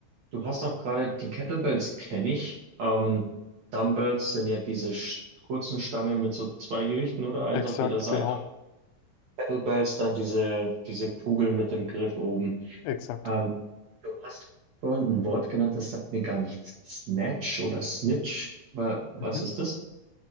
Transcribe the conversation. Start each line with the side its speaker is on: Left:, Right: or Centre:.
Right: Du hast auch gerade die Kettlebells kenne ich. Ähm, Dumbbells sind ja diese sch- kurzen Stangen mit so zwei Gewichten oder eins
Left: Exakt,
Right: auf jeder Seite
Left: genau,
Right: und Kettlebells dann diese diese Kugel mit dem Griff oben.
Left: exakt.
Right: Ähm, du hast vorhin ein Wort genannt, das sagt mir gar nichts. Snatch oder Snitch? Wa- Was
Left: Mhm.
Right: ist das?